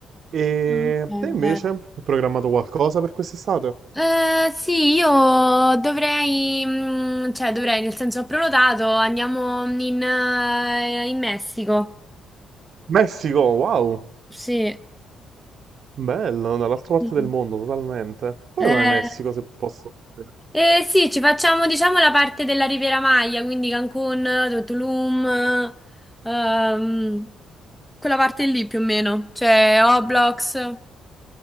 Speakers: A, on the right (about 60°); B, in the centre.
A: E
B: Ah, ok, bene.
A: te invece, hai programmato qualcosa per quest'estate?
B: Eh, sì, io dovrei, mm, cioè dovrei, nel senso ho prenotato, andiamo in, eh, in Messico.
A: Messico, wow,
B: Sì.
A: bello, dall'altra parte
B: Sì.
A: del mondo totalmente. Come
B: Eh,
A: mai Messico, se posso sapere?
B: Eh sì, ci facciamo diciamo la parte della Riviera Maya, quindi Cancun, Tulum, ehm, quella parte lì più o meno, cioè Oblox,